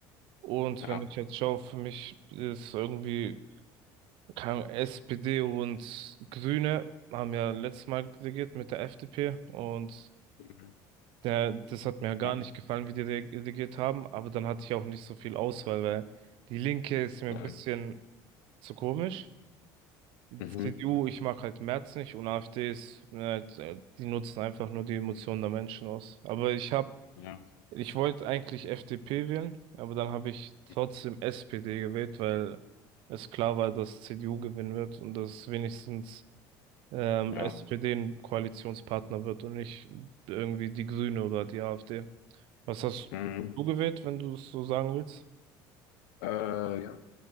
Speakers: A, on the right; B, on the left.
A: Und
B: ja,
A: wenn ich jetzt schaue, für mich ist irgendwie keine Ahnung, SPD und Grüne haben ja letztes Mal regiert mit der FDP und
B: mhm,
A: der, das hat mir ja gar
B: ja,
A: nicht gefallen, wie die re- regiert haben, aber dann hatte ich auch nicht so viel Auswahl, weil die Linke ist mir
B: ja,
A: ein bisschen zu komisch. Die
B: mhm,
A: CDU, ich mag halt Merz nicht und AfD ist, äh, die nutzen einfach nur die Emotionen der Menschen aus. Aber ich habe,
B: ja,
A: ich wollte eigentlich FDP wählen, aber dann habe ich trotzdem
B: mhm,
A: SPD gewählt, weil es klar war, dass CDU gewinnen wird und dass wenigstens ähm,
B: ja,
A: SPD ein Koalitionspartner wird und nicht irgendwie die Grüne oder die AfD. Was hast
B: mhm.
A: du gewählt, wenn du es so sagen willst?
B: Äh, ja,